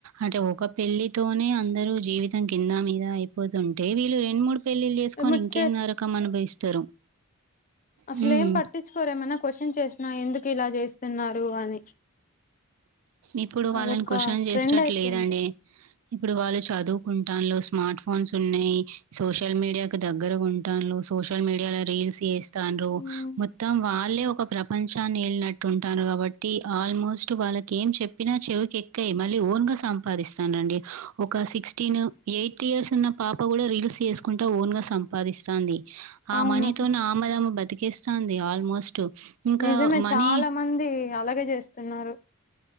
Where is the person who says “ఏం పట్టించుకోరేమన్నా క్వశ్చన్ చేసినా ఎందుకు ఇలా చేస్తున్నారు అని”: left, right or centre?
Left